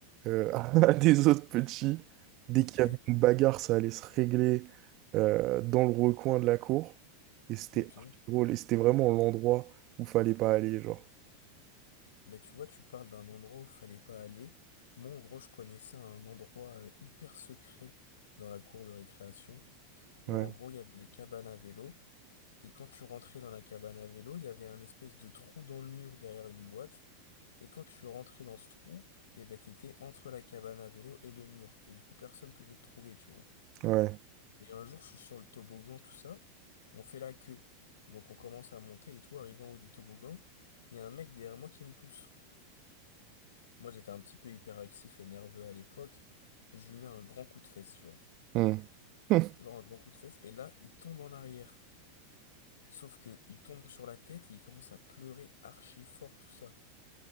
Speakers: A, on the right; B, on the left.
A: euh, <laughs> à des autres petits. Dès
B: Ok.
A: qu'il y avait une bagarre, ça allait se régler euh, dans le recoin de la cour. Et c'était
B: Ok.
A: archi drôle. Et c'était vraiment l'endroit où fallait pas aller, genre.
B: Ben, tu vois, tu parles d'un endroit où fallait pas aller. Moi, en gros, je connaissais un endroit euh, hyper secret dans la cour de récréation. Genre,
A: Ouais,
B: en gros, il y avait la cabane à vélo. Et quand tu rentrais dans la cabane à vélo, il y avait un espèce de trou dans le mur derrière une boîte. Et quand tu rentrais dans ce trou, et ben t'étais entre la cabane à vélo et le mur. Et du coup, personne ne pouvait te trouver, tu vois.
A: ouais.
B: Et un jour, je suis sur le toboggan, tout ça. On fait la queue. Donc on commence à monter et tout, arrivé en haut du toboggan, il y a un mec derrière moi qui me pousse. Moi, j'étais un petit peu hyperactif et nerveux à l'époque. Je lui mets un grand coup de fesse, tu vois.
A: hmm. <laughs> Hmm.
B: Genre un grand coup de fesse. Et là, il tombe en arrière. Sauf que il tombe sur la tête et il commence à pleurer archi fort, tout ça.